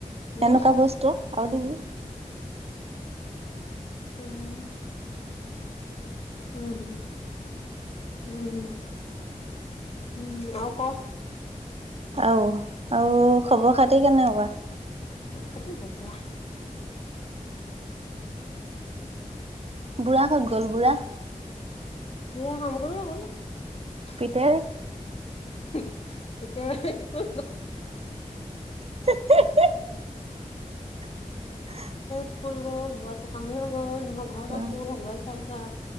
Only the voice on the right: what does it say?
এনেকুৱা বস্তু আৰু দিবি
আঊ আৰু খবৰ খাতি কেনেকুৱা
বুঢ়া ক'ত গ'ল বুঢ়া
পিতেৰ।
হিহিহিহি
উম।